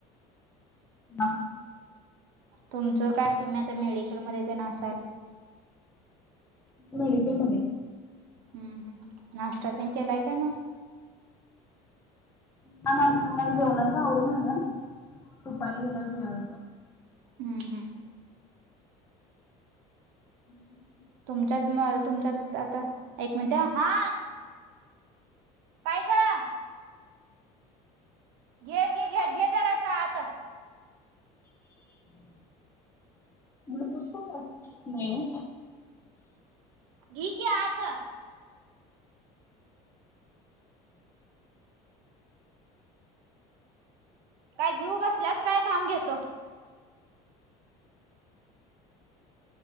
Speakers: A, on the left (about 15°); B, on the right (about 80°).
A: ह हा.
B: तुमचं काय तुम्ही आता मेडिकलमध्येध्ये तर नसाल.
A: मेडिकलमध्ये.
B: हम्म हम् नाश्ता तेण केलाय का मग.
A: ह मला जेवणच आवरून झालं ना ना दुपारी गेल्यावर जेवायचं.
B: हम्म हम्म.
A: हं हं हं.
B: तुमच्यात म तुमच्यात आता एक मिनट हा. काय ग घे घे घ्या घे जरा अस आता.
A: मुक पड नाही.
B: घी क्या आता. काय घेऊ बसल्यास काय थांब घेतो.